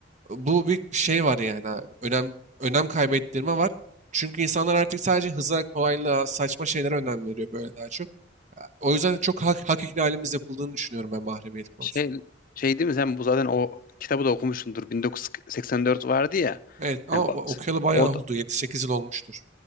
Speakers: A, on the right; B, on the left.
A: bu bir şey var yani abi. Önem, önem kaybettirme var. Çünkü insanlar artık sadece hıza, kolaylığa, saçma şeylere önem veriyor böyle daha çok. O yüzden çok hak, hak ihlalimiz yapıldığını düşünüyorum ben mahremiyet konusunda.
B: Şey şey değil mi sen bu zaten o kitabı da okumuşsundur. 1984 vardı ya.
A: Evet
B: Hani
A: ama o-
B: bak,
A: okuyalı bayağı
B: orada
A: oldu. yedi sekiz yıl olmuştur.